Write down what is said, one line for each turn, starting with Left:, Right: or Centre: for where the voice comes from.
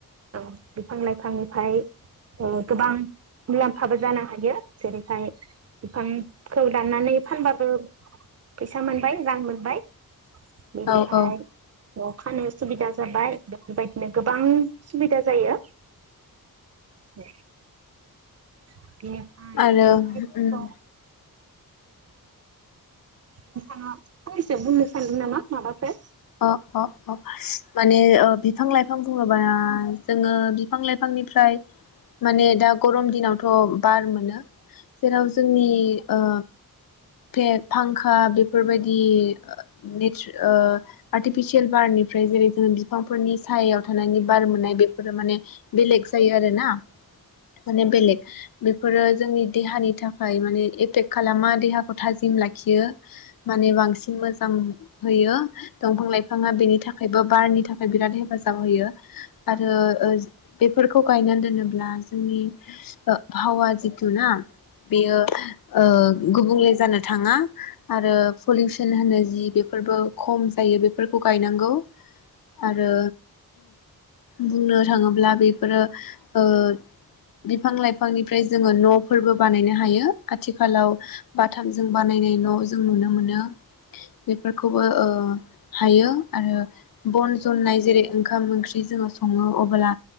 Right: औ बिफां लाइफांनिफ्राय गोबां मुलाम्फाबो जानो हायो जेरैहाय बिफांखौ दाननानै फानबाबो फैसा मोनबाय रां मोनबाय बेनिफ्राय
Left: औ औ
Right: अखानो सुबिदा जाबाय बेफोरबायदिनो गोबां सुबिदा जायो <unintelligible> <unintelligible> बिनिफ्राय
Left: आरो
Right: नोंथाङा
Left: उम
Right: बिफांआ फंसे बुंनो सानदों नामा माबाफोर
Left: अ अ-अ माने बिफां लाइफां बुङोब्ला जोङो बिफां लाइफांनिफ्राय माने दा गरम दिनावथ' बार मोनो जेराव जोंनि औ फे-फांखा बेफोरबायदि नि ओ आर्टिफिसियेल बारनिफ्राय जेरै जोङो बिफांफोरनि सायाव थानायनि बार मोननाय बेफोरो माने बेलेग जायो आरो ना माने बेलेग बेफोरो जोंनि देहानि थाखाय माने एफेक्ट खालामा देहाखौ थाजिम लाखियो माने बांसिन मोजां होयो। दंफां लाइफाङा बेनि थाखायबो बारनि थाखाय बिराद हेफाजाब होयो आरो बेफोरखौ गायनानै दोनोब्ला जोंनि आबहावा जिथु ना बेयो ओ गुबुंले जानो थाङा आरो पलिउसन होनो जि बेफोरबो खम जायो बेफोरखौ गायनांगौ आरो बुंनो थाङोब्ला बे फोरो ओ बिफां लाइफांनिफ्राय जोङो न'फोरबो बानायनो हायो आथिखालाव बाथामजों बानायनाय न' जों नुनो मोनो बेफोरखौबो ओ हायो आरो बन जननाय जेरै ओंखाम ओंख्रि जोङो सङो अब्ला